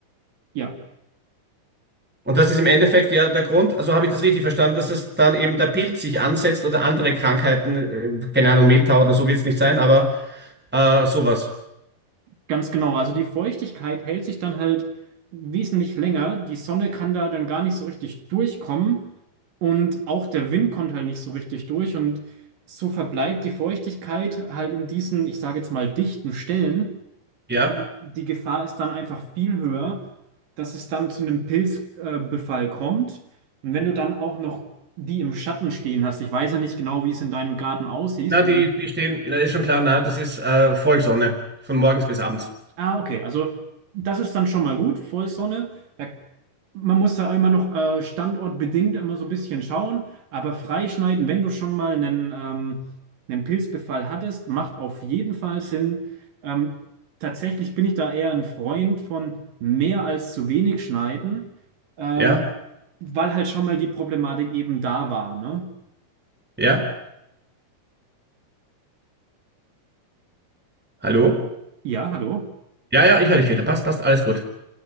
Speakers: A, on the right (about 65°); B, in the centre.
A: Ja,
B: Und das ist im Endeffekt ja der Grund, also habe ich das richtig verstanden, dass es dann eben der Pilz sich ansetzt oder andere Krankheiten, äh, keine Ahnung, Mehltau oder so wird es nicht sein, aber äh, sowas.
A: Ganz genau, also die Feuchtigkeit hält sich dann halt wesentlich länger. Die Sonne kann da dann gar nicht so richtig durchkommen und auch der Wind kommt halt nicht so richtig durch und so verbleibt die Feuchtigkeit halt in diesen, ich sage jetzt mal, dichten Stellen.
B: Ja,
A: Und die Gefahr ist dann einfach viel höher, dass es dann zu einem Pilzbefall äh, Befall kommt. Und wenn du dann auch noch die im Schatten stehen hast, ich weiß ja nicht genau, wie es in deinem Garten aussieht,
B: na, die, die stehen, ja, ist schon klar, na, das ist äh, Vollsonne, von morgens bis abends.
A: Ah, okay. Also das ist dann schon mal gut, Vollsonne. Da, man muss da immer noch äh, standortbedingt immer so ein bisschen schauen, aber freischneiden, wenn du schon mal einen, ähm, einen Pilzbefall hattest, macht auf jeden Fall Sinn. Ähm, tatsächlich bin ich da eher ein Freund von mehr als zu wenig schneiden, ähm,
B: Ja,
A: weil halt schon mal die Problematik eben da war, ne?
B: ja, hallo?
A: Ja, hallo.
B: Ja, ja, ich höre dich wieder, passt, passt, alles gut.